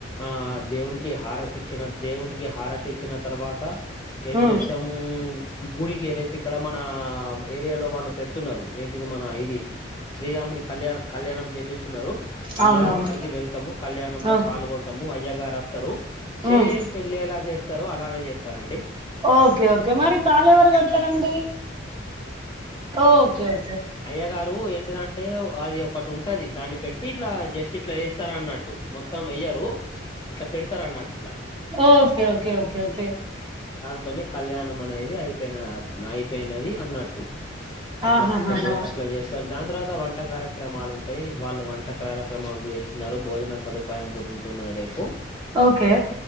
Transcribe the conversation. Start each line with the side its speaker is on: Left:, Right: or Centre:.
Left: ఆ దేవునికి హారతి ఇచ్చిన, దేవునికి హారతి ఇచ్చిన తర్వాత. ఏం
Right: ఉమ్
Left: చేస్తాము. గుడికి రేపు ఇక్కడ మన ఏరియాలో వాళ్ళు పెడుతున్నారు. ఏంటిది మన ఇది శ్రీరాముని కళ్యాణ కళ్యాణం చేపిస్తున్నారు. అందరం
Right: అవునవును
Left: అక్కడికి వెళ్తాము. కళ్యాణంలో
Right: ఆ
Left: పాల్గొంటామ్ ము అయ్యాగారు వస్తారు. సేమ్
Right: ఉమ్
Left: పెళ్ళి ఎలా చేస్తారో అలానే చేస్తారంండి.
Right: ఓకే ఓకే మరి తాళి ఎవరు కడతారంండి. ఓకే ఓ
Left: అయ్య గారు ఏంటిదంటే అది ఒకటి ఉంటది. దాన్ని పెట్టి ఇట్లా జస్ట్ ఇట్లా ఏస్తార అన్నట్టు. మొత్తం వేయ్యరు ఇట్లా పెడతారన్నట్ ఇట్లా
Right: ఓకే ఓకే ఓకే ఓకే
Left: తుని కళ్యాణం అనేది అయిపోయినది నయిపోయినది అన్నట్టు. అట్లా
Right: ఆహాహాహా
Left: అట్లా చే అట్లా చేస్తారు. దాని తర్వాత వంట కార్యక్రమాలు ఉంటాయి. వాళ్ళు వంట క్రార క్రమాలు కూడా చేస్తున్నారు. భోజన సదుపాయం గూడా ఉంటున్నద్ రేపు.
Right: ఓకే